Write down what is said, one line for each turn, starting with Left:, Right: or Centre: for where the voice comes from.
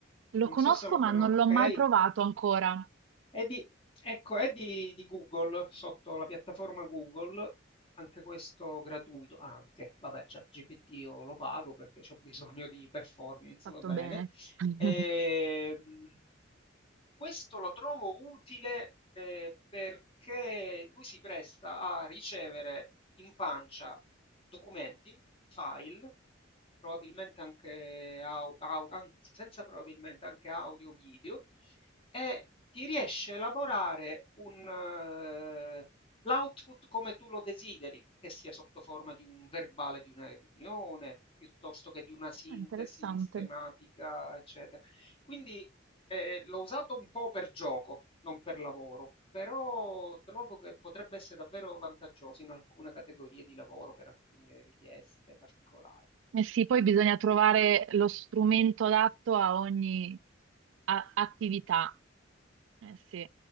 Right: Lo
Left: Non
Right: conosco,
Left: so se lo
Right: ma
Left: cono
Right: non
Left: okay?
Right: l'ho mai provato ancora.
Left: È di, ecco, è di, di Google, sotto la piattaforma Google, anche questo gratuito, anche, vabbè, ChatGPT io lo pago perché ho bisogno di performance,
Right: Fatto
Left: va bene.
Right: bene. <laughs>
Left: Ehm, questo lo trovo utile, ehm, perché lui si presta a ricevere in pancia documenti, file, probabilmente anche au au anzi senza probabilmente, anche audio, video e ti riesce a elaborare un uh, l'output come tu lo desideri, che sia sotto forma di un verbale di una riunione, piuttosto che di una sintesi
Right: È interessante.
Left: schematica, eccetera. Quindi eh, l'ho usato un po' per gioco, non per lavoro, però trovo che potrebbe essere davvero vantaggioso in alcune categorie di lavoro, per alcune richieste particolari.
Right: Eh sì, poi bisogna trovare lo strumento adatto a ogni a- attività. Eh sì.